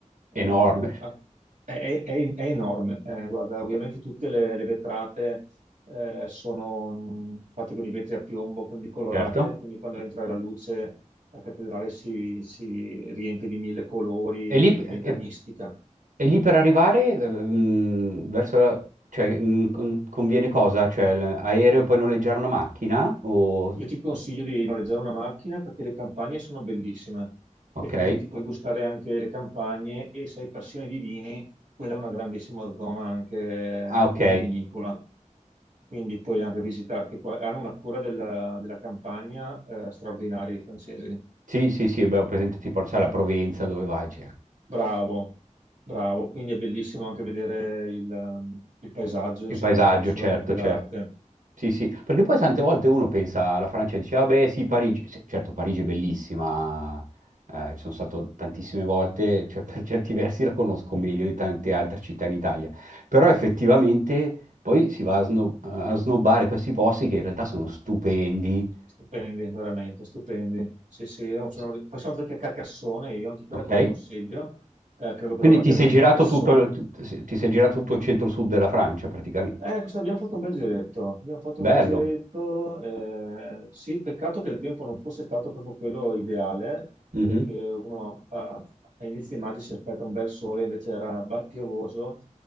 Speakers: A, on the right; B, on the right.
A: Eh,
B: enorme,
A: ha- è, è- è- è enorme, Eh, guarda, ovviamente tutte le, le vetrate eh, sono mh, fatte con i vetri a piombo, quindi colorate,
B: certo.
A: quindi quando entra la luce la cattedrale si, si riempie di mille colori
B: E lì,
A: e
B: e-
A: diventa mistica.
B: e lì per arrivare ehm, verso... la- Cioè, mm, con- conviene cosa? Cioè, l'aereo puoi noleggiare una macchina? O...
A: Io ti consiglio di noleggiare una macchina perché le campagne sono bellissime
B: Ok.
A: e quindi ti puoi gustare anche le campagne e se hai passione di vini, quella è una grandissima zona anche
B: Ah, ok.
A: vitivinicola. Quindi puoi anche visitarti qua. Hanno una cura della, della campagna eh, straordinaria i francesi.
B: Sì, sì, sì, beh, ho presente tipo, sai, la Provenza, dove vai? cioè.
A: Bravo, bravo, quindi è bellissimo anche vedere il, ehm, il paesaggio,
B: Il
A: insomma,
B: paesaggio,
A: oltre solamente
B: certo, certo.
A: l'arte.
B: Sì, sì, perché poi tante volte uno pensa alla Francia e dice, vabbè, sì, Parigi, Sì, certo Parigi è bellissima, eh, ci sono stato tantissime volte, cioè <laughs> per certi versi la conosco meglio di tante altre città in Italia, però effettivamente poi si va a, sno- eh, a snobbare questi posti che in realtà sono stupendi,
A: Stupendi, veramente, stupendi. Sì, sì, io sono...
B: Sì.
A: ri- Poi sono andato anche a Carcassonne, io anche quella
B: ok?
A: te la consiglio, Eh, credo che
B: Quindi
A: loro la
B: ti
A: chiamino
B: sei girato
A: Carcassonne,
B: Assolutamente. tutto il, tu- ti sei girato tutto il centro-sud della Francia praticamente,
A: Eh, questo abbiamo fatto un bel giretto, abbiamo fatto
B: bello.
A: un bel giretto, eh, sì, peccato che il tempo non fosse stato proprio quello ideale,
B: Mhm.
A: perché uno a, a inizio maggio si aspetta un bel sole, invece era ba- piovoso,